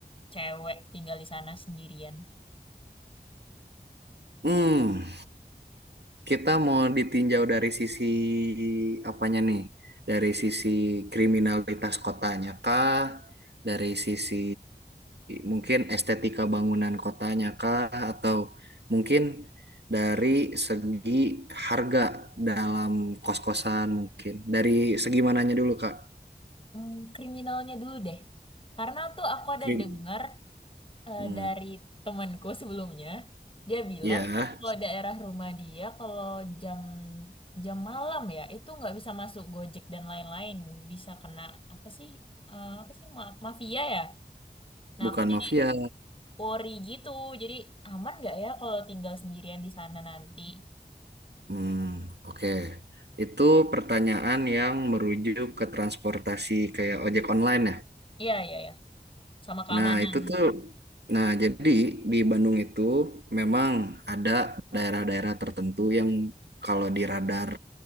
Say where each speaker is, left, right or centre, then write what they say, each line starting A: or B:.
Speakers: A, on the left; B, on the right.
A: cewek tinggal di sana sendirian?
B: hmm. kita mau ditinjau dari sisi apanya nih? Dari sisi kriminalitas kotanya kah? Dari sisi mungkin estetika bangunan kotanya kah? Atau mungkin dari segi harga dalam kos-kosan mungkin. Dari segi mananya dulu, Kak?
A: Hmm, kriminalnya dulu deh. Karena tuh aku ada
B: Krim.
A: dengar eh,
B: Hmm.
A: dari temanku sebelumnya dia bilang
B: Ya,
A: kalau daerah rumah dia kalau jam jam malam ya itu nggak bisa masuk Gojek dan lain-lain bisa kena apa sih eh, apa sih ma- mafia ya nah
B: bukan
A: aku jadi
B: mafia.
A: worry gitu jadi aman nggak ya kalau tinggal sendirian di sana nanti
B: Hmm, oke. Itu pertanyaan yang merujuk ke transportasi kayak ojek online ya?
A: iya iya ya sama keamanan
B: Nah, itu tuh, nah jadi di Bandung itu memang ada daerah-daerah tertentu yang kalau di radar